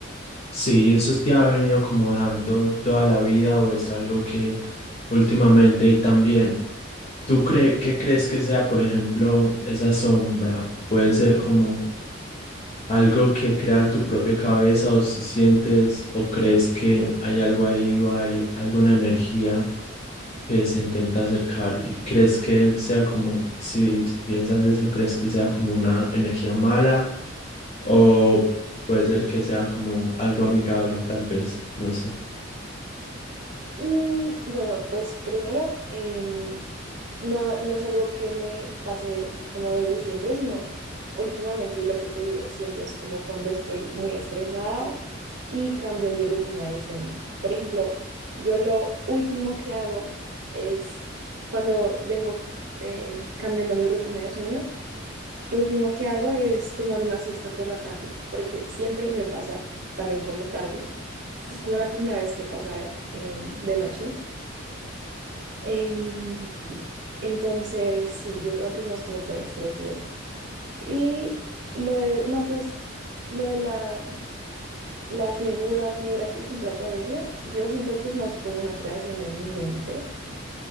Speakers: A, on the left; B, on the right.
A: Sí, ¿eso te ha venido como dando toda la vida o es algo que últimamente y también, ¿tú cre qué crees que sea, por ejemplo, esa sombra? ¿Puede ser como algo que crea tu propia cabeza o si sientes o crees que hay algo ahí o hay alguna energía que se intenta acercar y crees que sea como, si piensas eso, crees que sea como una energía mala o puede ser que sea como algo amigable tal vez, no sé.
B: Mm, bueno, pues primero, em, no, no es algo que me pase como desde siempre, sino últimamente, y lo que te digo, siempre es como cuando estoy muy estresada y cambio mi rutina del sueño. Por ejemplo, yo lo último que hago es cuando vengo em, cambiando mi rutina de sueño, lo último que hago es tomar una siesta por la tarde, porque siempre me pasa también por la tarde. Esta es como la primera vez que pasa em, de noche. Em, entonces, sí, yo creo que es más como por estrés y eso. Y lo de, no, pues lo de la, la figura negra que siempre aparece, yo siento que es más como una creación de mi mente,